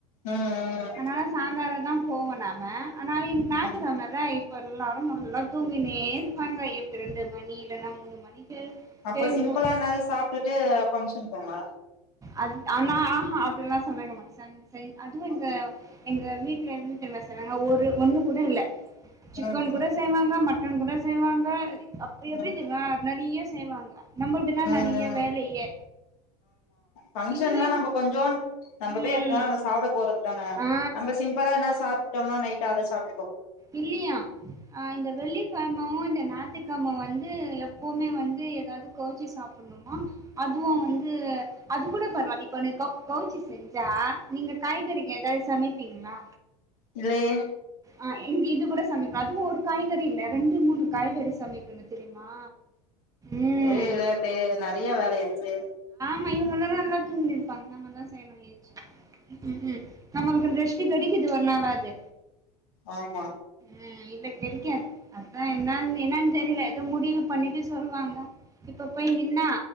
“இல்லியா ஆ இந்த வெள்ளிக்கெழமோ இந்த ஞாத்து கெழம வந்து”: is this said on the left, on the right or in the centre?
Right